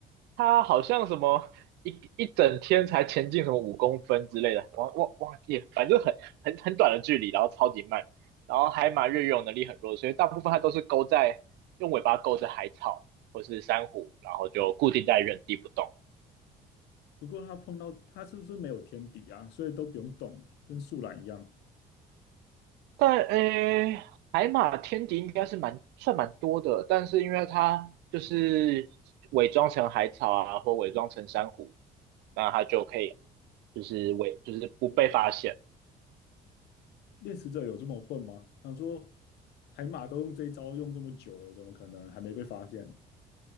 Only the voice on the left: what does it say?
不过它碰到它是不是没有天敌啊？所以都不用动，跟树懒一样。
猎食者有这么笨吗？想说海马都用这一招用这么久了，怎么可能还没被发现？